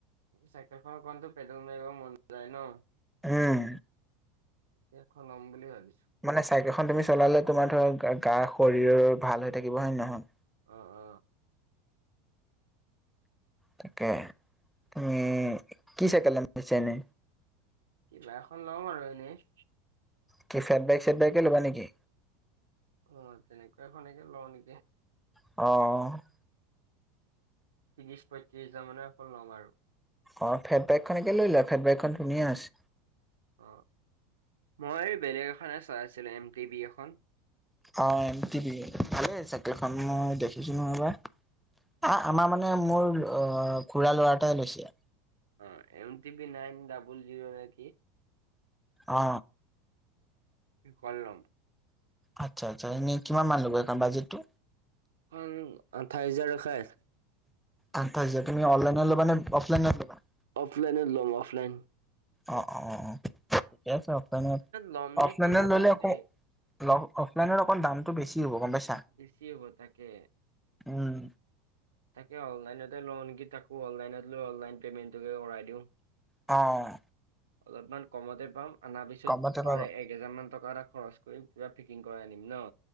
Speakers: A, on the right; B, in the centre.
A: চাইকেল খনৰ কণতো পেডেল মাৰিব মন যায় ন।
B: উম
A: সেই খন ল'ম বুলি ভাবিছোঁ।
B: মানে চাইকেলখন তুমি চলালে তোমাৰ ধৰক গা শৰীৰৰ ভাল হৈ থাকিব হয় নে নহয়।
A: অ অ
B: তাকে তুমি কি চাইকেল লম ভাবিছাঁ এনে?
A: কিবা এখন ল'ম আৰু এনেই।
B: কি চেডবেক চেডবেকে ল'বা নেকি
A: অ তেনেকুৱা এখনকে লওঁ নেকি
B: অহ
A: ত্ৰিশ পয়ত্ৰিশ হাজাৰ মানৰ এখন ল'ম আৰু
B: অ ফেট বাইক খনকে লৈ লোৱা ফেট বাইকখন ধুনীয়া আছে
A: অ মই বেলেগ এখনে চাই আছিলো এম টি বি এখন
B: অ এম টি বি ভালেই চাইকেলখন মই দেখিছোঁ নহয় এবাৰ আ আমাৰ মানে মোৰ অ খুৰাৰ ল'ৰা এটাই লৈছে।
A: অ M T B nine double zero নে কি?
B: অ
A: তেনেকুৱা লম
B: আচ্ছা আচ্ছা এনে কিমান মান ল'ব সেইখন বাজেটটো
A: সেইখন আঠাইছ হাজাৰ দেখাই আছে।
B: আঠাইছ হাজাৰ তুমি অনলাইনত ল'বা নে অফলাইনত লবা
A: অফলাইনত লম অফলাইন
B: অ অ অ অ ঠিকে আছে অফলাইনত
A: ল'ম নে
B: অফলাইনত
A: কি নাজানো
B: ললে আকৌ
A: দেই
B: লক অফলাইনত অকণ দামটো বেছি হ'ব গম পাইছা
A: বেছি হ'ব তাকে
B: উম
A: তাকে অনলাইনতে লওঁ নেকি তাকো অনলাইনত লৈ অনলাইন পেমেন্টোকে কৰাই দিওঁ
B: অঁ
A: অলপমান কমতে পাম আনাৰ পিছত
B: কমতে পাবা
A: তাৰে এক কেইহাজাৰমান টকা এটা খৰচ কৰি পোৰা পেকিং কৰাই আনিম ন